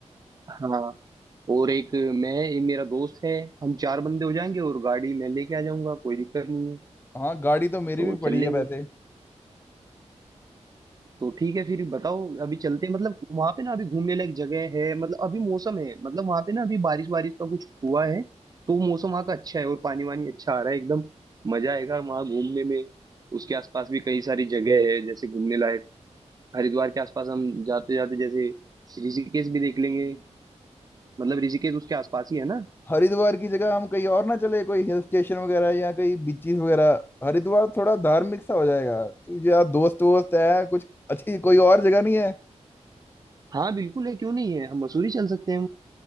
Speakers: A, on the right (about 30°); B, on the left (about 20°).
A: हाँ और एक मैं ये मेरा दोस्त है हम चार बंदे हो जाएंगे और गाड़ी मैं लेके आ जाऊंगा कोई दिक्कत नहीं है
B: हाँ गाड़ी तो मेरी
A: तो
B: भी
A: चल
B: पड़ी
A: लेंगे
B: है वैसे
A: तो ठीक है फिर बताओ अभी चलते हैं मतलब वहां पे ना अभी घूमने लायक जगह है मतलब अभी मौसम है मतलब वहां पे ना अभी बारिश बारिश का कुछ हुआ है तो मौसम वहाँ का अच्छा है और पानी वानी अच्छा आ रहा है एकदम मजा आएगा वहाँ घूमने में उसके आसपास भी कई सारी जगह है जैसे घूमने लायक हरिद्वार के आसपास हम जाते जाते जैसे ऋषिकेश भी देख लेंगे मतलब ऋषिकेश उसके आसपास ही है ना
B: हरिद्वार की जगह हम कहीं और ना चले कोई हिल स्टेशन वगैरह या कहीं बीचीज वगैरह हरिद्वार थोड़ा धार्मिक सा हो जाएगा तो यार दोस्त वोस्त है कुछ अच्छी कोई और जगह नहीं है
A: हाँ बिल्कुल है क्यों नहीं है हम मसूरी चल सकते हैं